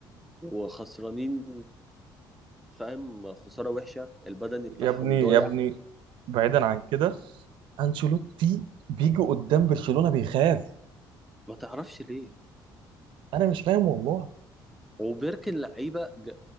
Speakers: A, in the centre; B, on the right.
A: وخسرانين فاهم خساره وحشه البدني
B: يا
A: بتاعهم
B: ابني
A: ضايع
B: يا ابني بعيدا عن كده انشيلوتي بيجي قدام برشلونة بيخاف
A: ما تعرفش ليه
B: انا مش فاهم والله
A: وبركن لعيبه ج-